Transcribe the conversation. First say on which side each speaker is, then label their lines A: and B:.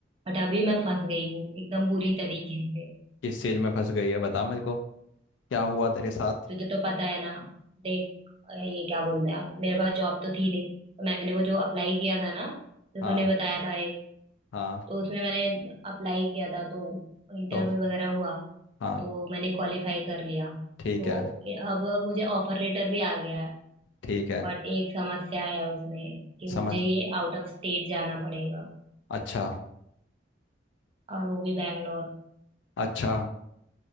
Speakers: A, on the right; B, on the left.
A: बट अभी मैं फंस गई हूँ एकदम बुरी तरीके से
B: किस चीज में फंस गई है बता मुझको क्या हुआ तेरे साथ
A: तुझे तो पता है ना देख अ, ये क्या बोलते हैं आप, मेरे पास जॉब तो थी नहीं तो मैंने वो जो अप्लाई किया था ना तो
B: हाँ
A: तूने बताया था एक
B: हाँ
A: तो उसमें मैंने अप्लाई किया था तो इंटरव्यू
B: तो
A: वगैरह हुआ
B: हाँ
A: तो वो मैंने क्वालिफाई कर लिया
B: ठीक
A: तो
B: है
A: ए- अब मुझे ऑफर लेटर भी आ गया है
B: ठीक है
A: बट एक समस्या है उसमें कि
B: समझ
A: मुझे ये आउट ऑफ स्टेट जाना पड़ेगा
B: अच्छा
A: और वो भी बैंगलोर
B: अच्छा